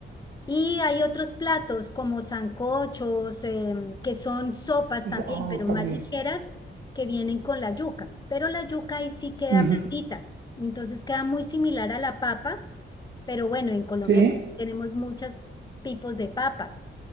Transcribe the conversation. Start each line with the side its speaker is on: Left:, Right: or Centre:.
Left: Y hay otros platos como sancochos, em, que son sopas también,
Right: Oh,
Left: pero
Right: también.
Left: más ligeras, que vienen con la yuca. Pero la yuca ahí sí queda
Right: Ujú.
Left: blandita. Entonces queda muy similar a la papa, pero bueno, en Colombia
Right: Sí,
Left: tenemos muchos tipos de papas.